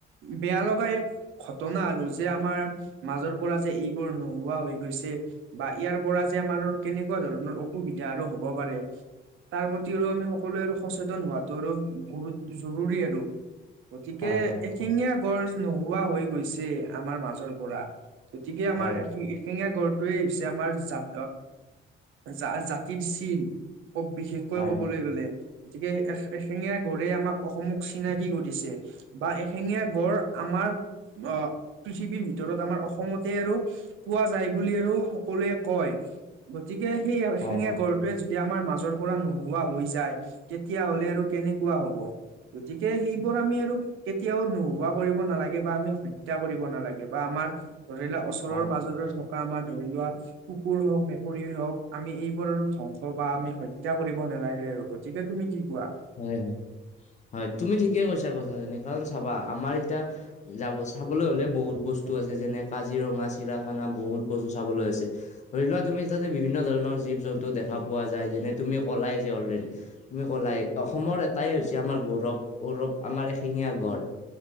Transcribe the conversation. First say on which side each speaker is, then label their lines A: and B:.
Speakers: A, on the right (about 80°); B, on the left (about 35°).
A: বেয়া লগা এক ঘটনা আৰু যে আমাৰ মাজৰ পৰা যে এইবোৰ নোহোৱা হৈ গৈছে, বা ইয়াৰ পৰা যে আমাৰ কেনেকুৱা ধৰণৰ অসুবিধা আৰু হব পাৰে। তাৰ প্ৰতিও আমি সকলোৱে আৰু সচেতন হোৱাতো আৰু গুৰুত জৰুৰী আৰু। গতিকে
B: হয় হয়
A: এশেঙীয়া গড় নোহোৱা হৈ গৈছে, আমাৰ মাজৰ পৰা। গতিকে আমাৰ
B: হয়
A: এ এশেঙীয়াা গড়টোৱে হৈছে আমাৰ জাত জা জাতিৰ চিন, খুব বিশেষ কৈ
B: হয়
A: কবলৈ
B: হয় হয়
A: গ'লে, গতিকে এশিঙিয়া গড়ে আমাক অসমক চিনাকি কৰিছে বা এশেঙীয়া গড় আমাৰ অ পৃথিৱীৰ ভিতৰত আমাৰ অসমতে আৰু পোৱা যায় বুলি আৰু সকলোৱে কয়, গতিকে সেই এশিঙীয়া
B: হয় হয় হয়
A: গড় টোৱে যদি আমাৰ মাজৰ পৰা নোহোৱা হৈ যায়, তেতিয়া হলে আৰু কেনেকুৱা হব। গতিকে সেইবোৰ আমি আৰু কেতিয়াও নোহোৱা কৰিব নালাগে বা আমি হত্যা কৰিব নালাগে বা আমাৰ ধৰি লওক ওচৰৰ
B: হয়
A: পাজৰৰ থকা আমাৰ ধৰি লোৱা কুকুৰ হওক, মেকুৰীৰ হওক আমি এইবোৰৰো ধ্বংস বা আমি হত্যা কৰিব নালাগে আৰু গতিকে তুমি কি কোৱা?
B: হয়, হয়, হয় তুমি ঠিকে কৈছা কথাখিনি, কাৰণ চাবা আমাৰ এতিয়া যাব চাবলৈ হ'লে বহুত বস্তু আছে যেনে কাজিৰঙা, চিৰাখানা বহুত বস্তু চাবলৈ আছে। ধৰি লোৱা তুমি তাতে বিভিন্ন ধৰণৰ জীৱ-জন্তু দেখা পোৱা যায়, যেনে তুমি কলাই যে অলৰেডি। তুমি ক'লাই, অসমৰ এটাই হৈছে আমাৰ গৌৰৱ গৌৰৱ আমাৰ এশিঙীয়া গড়।